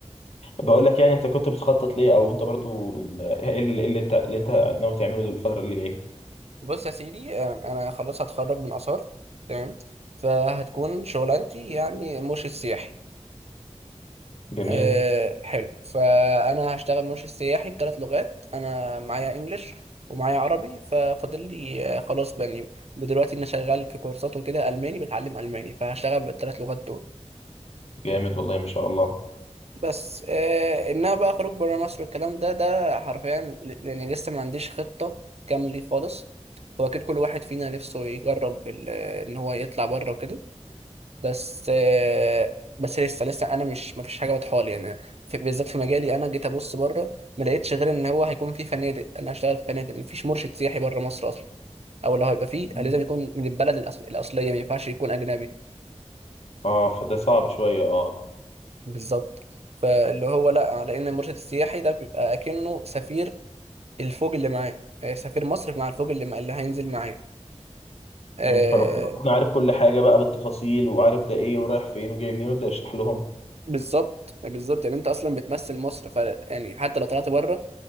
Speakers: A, on the left; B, on the right.
A: بقول لك يعني انت كنت بتخطط ليه او انت برضو ايه اللي اللي انت اللي انت ناوي تعمله دول الفترة اللي جاية
B: بص يا سيدي أنا أنا خلاص هتخرج من آثار تمام فهتكون شغلانتي يعني مرشد سياحي
A: جميل
B: أه حلو فأنا هشتغل مرشد سياحي بثلاث لغات أنا معايا إنجلش ومعايا عربي ففاضل لي آه، خلاص بني دلوقتي أنا شغال في كورسات وكده ألماني بتعلم ألماني فهشتغل بالثلاث لغات دول
A: جامد والله ما شاء الله
B: بس آه انها بقى خروج بره مصر والكلام ده ده حرفيا ل- لاني لسه ما عنديش خطه كامله خالص هو اكيد كل واحد فينا نفسه يجرب ال- ان هو يطلع بره وكده بس آه بس لسه لسه انا مش ما فيش حاجه واضحه لي يعني في بالذات في مجالي انا جيت ابص بره ما لقيتش غير ان هو هيكون في فنادق انا هشتغل في فنادق ما فيش مرشد سياحي بره مصر اصلا او لو هيبقى فيه
A: مم.
B: لازم يكون من البلد الأصل... الاصليه ما ينفعش يكون اجنبي
A: اه فده صعب شويه اه
B: بالظبط فاللي هو لا على ان المرشد السياحي ده بيبقى اكنه سفير الفوج اللي معاه آه، سفير مصر مع الفوج اللي مع اللي هينزل معاه آه،
A: مم، فلو كنت أكون عارف كل حاجه بقى بالتفاصيل وعارف ده ايه ورايح فين وجاي منين وابدا اشرح لهم
B: بالظبط بالظبط يعني انت اصلا بتمثل مصر ف يعني حتى لو طلعت بره